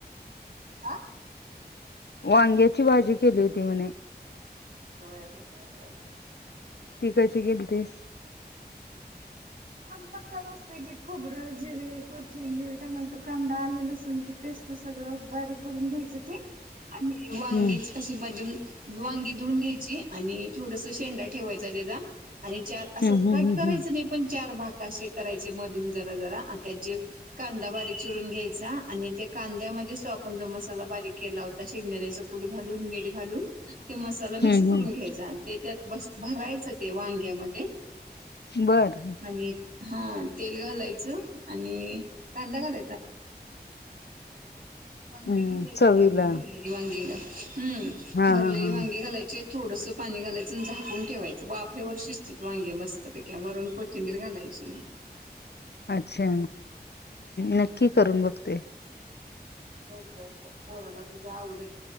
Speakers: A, on the right; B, on the left.
A: आह
B: वांग्याची भाजी केली होती म्हणे
A: होय होयय
B: ती कशी गेली तस
A: म मसाला अस क खोबरं जिरे कोथिंबिर टमॅटो कांदा आलू लसूनणची पे सगळ बारीक करून घ्यायचं ते आणि वांगीच
B: हम्म
A: अ ब वांगी धुऊून घ्यायची आणि थोडस शेंडा ठेवायचा त्याचा आणि चार असं
B: हम्म हम्म
A: कट करायचं
B: हम्म
A: नाही पण चार भाग असे करायचे मधून जरा जरा त्याचे कांदा बारीक चिरून घ्यायचा आणि त्या कांद्यामध्ये तो आपण जो मसाला बारीक केला होता. शेंगदाण्याचा कूड घालून मीठ घालून ते मसाला मिक्स
B: हम्म हम्म
A: करून
B: हम्म
A: घ्यायचा. आणि ते त्यात भरायचं ते वांग्या मध्ये.
B: बरं!
A: आणि हा तेल घालायचं. आणि कांदा घालायचा. वांगी
B: हम्म
A: घालायची.
B: चवीला
A: ती आपण भरलेली वांगी हम्म
B: हा
A: भरलेली
B: हा हा
A: वांगी घालायची. थोडस पाणी घालायचं झाकुन ठेवायंच वाफेवर शिस्तीत वांगे मस्त पैकी वरून कोथिंबीर घालायची. <unintelligible>
B: अच्छा! नक्की करून बघत.
A: बस बर ब पोराला तुझ्या आवडेल.